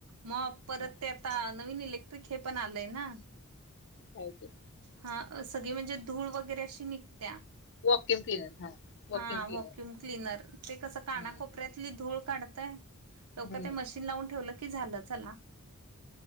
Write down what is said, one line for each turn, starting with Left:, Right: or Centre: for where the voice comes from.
Right: मॉप परत
Left: हा
Right: ते आता नवीन इलेक्ट्रिक हे पण आलंय ना.
Left: काय की.
Right: हा सगळी म्हणजे धूळ वगैरे अशी निघत्या.
Left: वॉक्युम क्लिनर हा वॉक्युम
Right: हा
Left: क्लिनर
Right: व्हाँक्युम क्लीनर ते कसं काना
Left: हम्म
Right: को कोपऱ्यातली धूळ काढतायं लोकं
Left: हम्म.
Right: ते मशीन लावून ठेवलं की झालं चला.